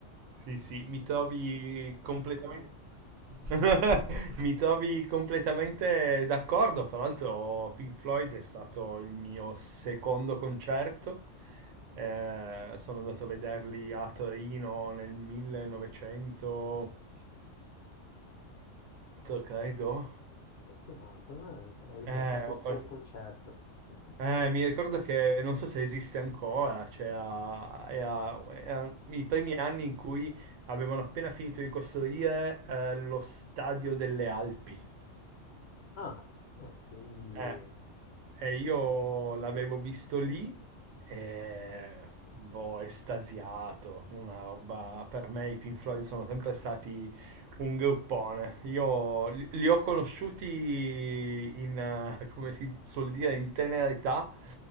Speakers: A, on the right; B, on the left.
A: Sì, sì, mi trovi completamente... <laughs> Mi trovi completamente d'accordo. Fra l'altro, Pink Floyd è stato il mio secondo concerto. Eh,
B: <laughs>
A: sono andato a vederli a Torino nel 1994, credo.
B: Fortunato, eh, hai beccato
A: Eh, ho
B: un
A: qual-
B: buon concerto. <laughs>
A: eh, mi ricordo che non so se esiste ancora, cioè a- era- era i primi anni in cui avevano appena finito di costruire eh, lo stadio delle Alpi.
B: Ah, no, quindi, eh,
A: Eh, eh, io l'avevo visto lì e boh, estasiato, una roba, per me i Pink Floyd sono sempre stati un gruppone. Io li, li ho conosciuti in, eh, come si suol dire, in tenera età,